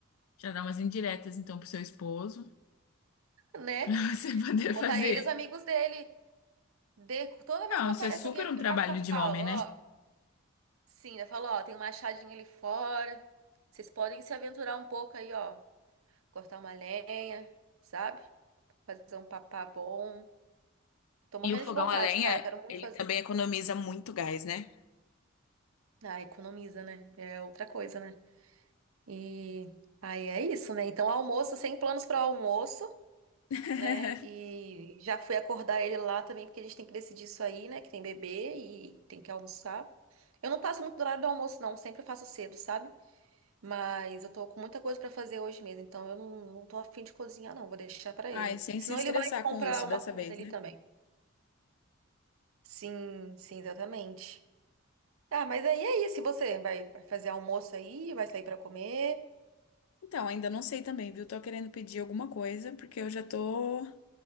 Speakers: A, on the left; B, on the right.
A: Já dá umas indiretas, então, pro seu esposo,
B: né?
A: pra <laughs> você poder
B: Vou Botar
A: fazer.
B: ele e os amigos dele. De, toda vez
A: Não,
B: que
A: isso
B: aparece
A: é super
B: alguém aqui,
A: um trabalho
B: eu já
A: de
B: falo,
A: homem,
B: ó.
A: né?
B: Sim, eu falo, ó, tem uma achadinha ali fora. Vocês podem se aventurar um pouco aí, ó. Cortar uma lenha, sabe? Fazer um papá bom. Tô morrendo
A: E o fogão
B: de vontade,
A: a lenha,
B: cara. Quero muito
A: ele
B: fazer.
A: também economiza muito gás, né?
B: Ah, economiza, né? É outra coisa, né? E aí é isso, né? Então, almoço, sem planos para almoço,
A: <laughs>
B: né? E já fui acordar ele lá também, porque a gente tem que decidir isso aí, né? Que tem bebê e tem que almoçar. Eu não passo muito do horário do almoço, não. Sempre faço cedo, sabe? Mas eu tô com muita coisa para fazer hoje mesmo, então eu não, não tô afim de cozinhar, não. Vou deixar para ele.
A: Ai, sem
B: Senão
A: se estressar
B: ele vai comprar
A: com isso
B: uma
A: dessa
B: comida
A: vez,
B: ali
A: né?
B: também. Sim, sim, exatamente. Tá, mas aí é isso. E você vai, vai fazer almoço aí, vai sair pra comer.
A: Então, ainda não sei também, viu? Tô querendo pedir alguma coisa, porque eu já tô